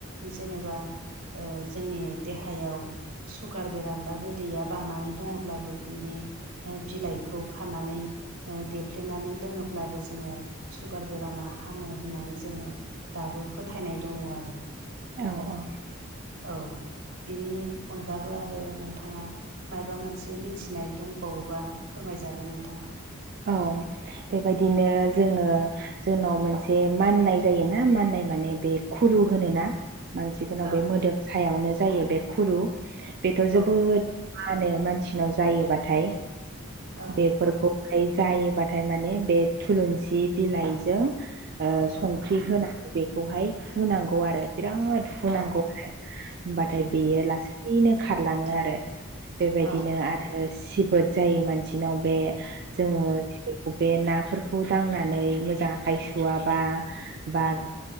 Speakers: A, on the right; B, on the right.
A: जेनेबा। जोंनि देहायाव सुगार बेराम बा गोदैया बांनानै दङब्लाबो बिनि बिलाइखौ खानानै देफ्लेनानै लोङोब्लाबो जोङो सुगार बेरामा हामो होननानै जोङो दाबो फोथायनाय दङ आरो।
B: औ औ
A: औ बेनि अनगाबो आरो नोंथाङा माबा मोनसे थिनाय दंबावोबा फोरमायजागोन नोंथाङा।
B: औ। बेबायदिनो जोङो जोंनाव मोनसे माननाय जायोना माननाय माने बे खुरु
A: औ
B: होनोना मानसिफोरनाव
A: औ
B: बे मोदोम सायावनो जायो बे खुरु। बेथ' जोबोद
A: औ
B: मानो मानसिनाव जायोबाथाय
A: औ
B: बेफोरखौ ओमफ्राय जायोबाथाय माने बे थुलुंसि बिलाइजों। संख्रि
A: औ
B: होनानै बेखौहाय हुनांगौ आरो बिराद हुनांगौ
A: औ
B: आरो होमबाथाय
A: उम
B: बेयो लासैनो खारलाङो आरो। बेबायदिनो
A: औ
B: आरो सिबोद जायो मानसिनाव बे जोङो
A: औ
B: <unintelligible> बबे नाफोरखौ दांनानै मोजां आखाइ सुवाबा बा
A: औ